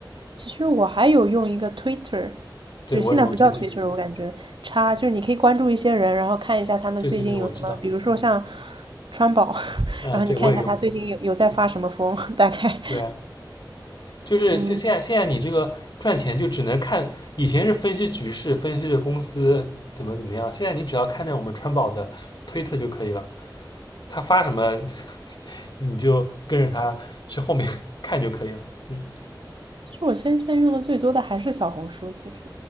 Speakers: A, on the right (about 85°); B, on the left (about 65°).
A: 其实我还有用一个 Twitter，
B: 对我也用推荐，
A: 就是现在不叫 Twitter，我感觉差，就是你可以关注一些人，然后看一下他们最近有什么，
B: 对对对，我知道。
A: 比如说像川宝，<laughs>
B: 嗯，
A: 然后你看一下他最近有有在发什么疯，
B: 啊、对我也用，
A: 大概
B: 对啊就是就现在现在你这个赚钱就只能看，
A: 嗯，
B: 以前是分析局势，分析这公司怎么怎么样，现在你只要看着我们川宝的推特就可以了，他发什么 <laughs> 你就跟着他去后面 <laughs> 看就可以了。嗯，
A: 其实我现现在用的最多的还是小红书，其实